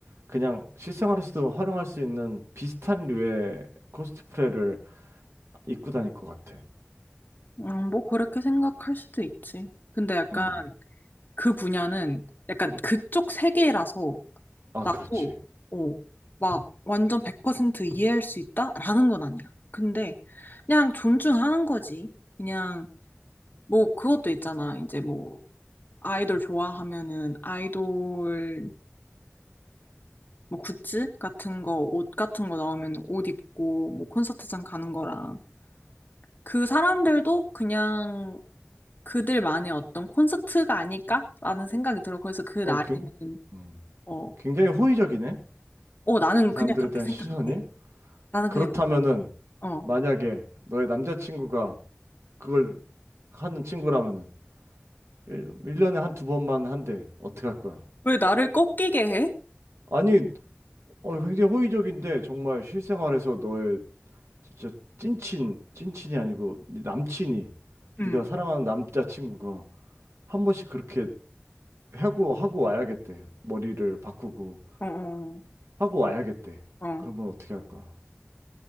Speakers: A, on the right; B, on the left.
A: 그냥 실생활에서도 활용할 수 있는 비슷한 류의 코스프레를 입고 다닐 것 같아.
B: 음, 뭐 그렇게 생각할 수도 있지. 근데 약간
A: 음.
B: 그 분야는 약간 그쪽 세계라서
A: 아,
B: 나도,
A: 그렇지.
B: 어, 막 완전 100% 이해할 수 있다라는 건 아니야. 근데 그냥 존중하는 거지. 그냥 뭐 그것도 있잖아. 이제 뭐 아이돌 좋아하면은 아이돌 뭐 굿즈 같은 거, 옷 같은 거 나오면 옷 입고, 뭐 콘서트장 가는 거랑. 그 사람들도 그냥 그들만의 어떤 콘서트가 아닐까라는 생각이 들어. 그래서 그 나이는,
A: 어, 굉, 음.
B: 어,
A: 굉장히 호의적이네.
B: 어, 나는
A: 그 사람들에
B: 그냥 그렇게
A: 대한
B: 생각해.
A: 시선이.
B: 나는
A: 그렇다면은
B: 그냥, 어.
A: 만약에 너의 남자친구가 그걸 하는 친구라면은 일 1년에 한 두 번만 한대. 어떻게 할 거야?
B: 왜 나를 꺾이게 해?
A: 아니, 어, 굉장히 호의적인데 정말 실생활에서 너의 진짜 찐친, 찐친이 아니고 네 남친이
B: 응.
A: 네가 사랑하는 남자친구가 한 번씩 그렇게 하고 하고 와야겠대. 머리를 바꾸고
B: 어, 어,
A: 하고 와야겠대.
B: 어. 어.
A: 그러면 어떻게 할 거야?